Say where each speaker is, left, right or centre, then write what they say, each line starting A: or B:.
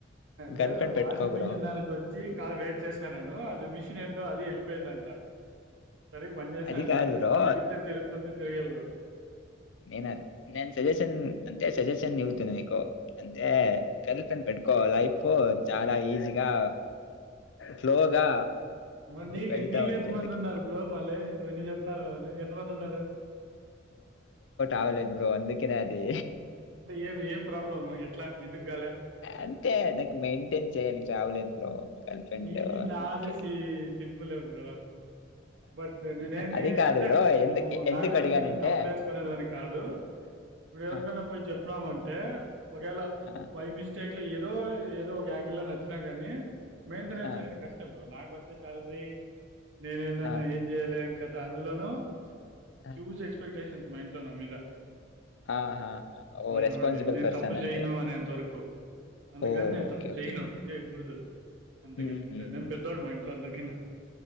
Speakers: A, on the right; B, on the left.
A: లేదు
B: గర్ల్ ఫ్రెండ్
A: వాషింగ్
B: పెట్టుకో బ్రో
A: మిషిన్ దానికి వచ్చి కా వెయిట్ చేస్తా నేను. అది మిషన్ ఏందో అది వెళ్ళిపోయిందంట సరిగ్ పని చేస్త
B: అది కాదు
A: లవ్
B: బ్రో
A: తిరిగితే తిరుగుతుంది తిరిగెలు.
B: నేన నేను సజెషన్ అంతే సజెషన్ ఇవుతును నీకు. ఏ కలితను పెట్టుకో లైఫ్. చాలా ఈజీగా ఫ్లోగా
A: మరి నీకు
B: వెళుతా
A: నీకెంతమంది
B: ఉంది అందుకే
A: ఉన్నారు బ్రో మళ్ళీ నువ్వు విన్ని చెప్తానవ్ మళ్ళీ ఎంతమందున్నారు.
B: అ లేద్ బ్రో అందిక్ కిరాదె
A: ఏం ఏం ప్రాబ్లం ఎట్లా ఎందుకు గాలే
B: అంతే నాకు మెంటేన్ చేయనికి చావలేద్ బ్రో గర్ల్ ఫ్రెండ్
A: ఇది నాది
B: అందుకే.
A: సేమ్ సెమ్ ప్పులే బ్రో బట్ నేనేమి
B: అది కాదు
A: అంటే
B: బ్రో
A: కొంచెము
B: ఎందుకు ఎందుకడిగానంటే
A: నా గురించి నేను తప్పుడు వేసుకునే దానికి కాదు, ఇప్పుడు ఎవరికన్నా
B: ఆ!
A: పోయి చెప్పినామంటే ఒకవేళ
B: ఆ!
A: బై మిస్టేక్, ఇట్లా ఏదో ఏదో ఒక యాంగిల్లో లో నచ్చినా కానీ మేంటెనన్స్
B: ఆ!
A: అనేది కష్టం బ్రో నాకు వచ్చే సాలరీ నేనే దాన్లో
B: ఆ!
A: ఏం చేయాలె ఏం కత్ అందులోను
B: ఆ!
A: హ్యూజ్ ఎక్స్పెక్ట్ టేషన్స్ మా ఇంట్లో నా మీద
B: ఆహాహా! ఓహ్!
A: హ్మ్
B: రెస్పాన్సిబుల్
A: అది నేను
B: పర్సన్
A: తప్పు చేయను
B: అంతే.
A: అనేంత వరకు అందుకని
B: ఓహ్!
A: నేను
B: ఓకే.
A: తప్పు
B: ఓకే.
A: చేయను చేయ్యకూడదు. అంతేగ
B: హుహుహు.
A: అంతే నేను పెద్దోడు మా ఇంట్లో అందరికి కినా